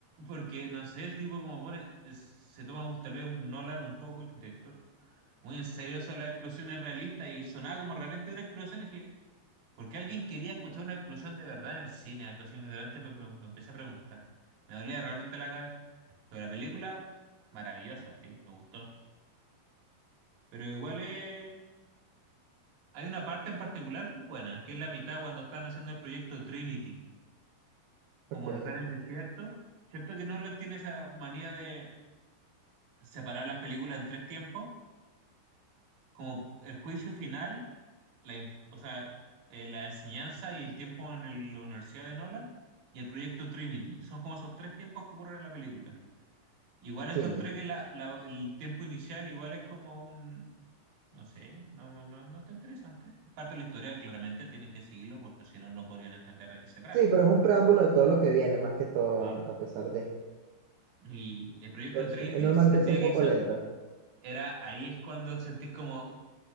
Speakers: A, on the right; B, on the right.
A: Porque, no sé, el tipo como pone, es- se toma un, tal vez un Nolan un poco, el director muy en serio eso de las explosiones realistas y sonaba como realmente una explosión. Y dije, ¿por qué alguien quería escuchar una explosión de verdad en el cine? Algo así, de repente me, me- me empecé a preguntar. Me dolía realmente la cabeza. Pero la película, maravillosa, sí, me gustó. Pero igual eh, hay una parte en particular que es buena, que es la mitad cuando están haciendo el proyecto Trinity, como
B: <laughs> ok,
A: cuando están en el desierto. Cierto que Nolan tiene esa manía de separar las películas en tres tiempos, como el juicio final la, in- o sea, eh, la enseñanza y el tiempo en el- la Universidad de Nolan y el proyecto Trinity. Son como esos tres tiempos que ocurren en la película. Igual
B: sí.
A: encontré que la, la- el tiempo inicial igual es como un, no sé, no, no, no está interesante. Parte de la historia claramente tienen que seguirlo porque si no, no podrían entender de qué se trata.
B: Sí, pero es un preámbulo de todo lo que viene, más que todo,
A: ¿sí?
B: a, a pesar de.
A: Y el proyecto
B: Entonces,
A: Trinity
B: es normal
A: sentía
B: que sea un
A: que
B: poco
A: eso
B: lenta.
A: era, ahí es cuando sentís como,